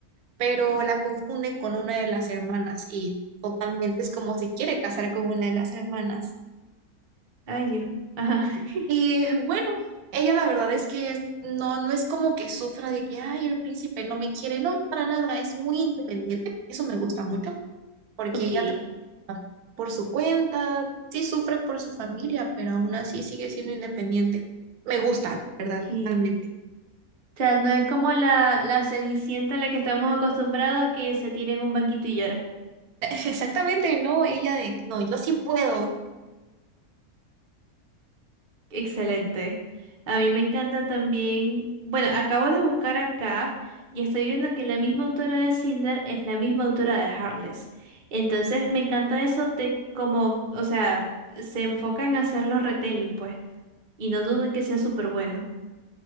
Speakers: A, on the right; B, on the right.
A: pero
B: ajá,
A: la confunden con una de las hermanas y totalmente es como se quiere casar con una de las hermanas.
B: Ay, Dios. Ajá. <laughs>
A: Y bueno, ella la verdad es que no, no es como que sufra de que, ay, el príncipe no me quiere, no, para nada, es muy independiente, eso me gusta mucho, porque
B: Ok.
A: ella tra- por su cuenta, sí sufre por su familia, pero aún así sigue siendo independiente. Me gusta, la ¿verdad?
B: sí.
A: Totalmente.
B: O sea, no es como la, la Cenicienta a la que estamos acostumbrados a que se tire en un banquito y llora.
A: <laughs> Exactamente, no, ella de, no, yo sí puedo.
B: Excelente. A mí me encanta también, bueno, acabo de buscar acá y estoy viendo que la misma autora de Cinder es la misma autora de Heartless. Entonces me encanta eso te como, o sea, se enfocan en hacer los retelling, pues, y no duden que sea súper bueno.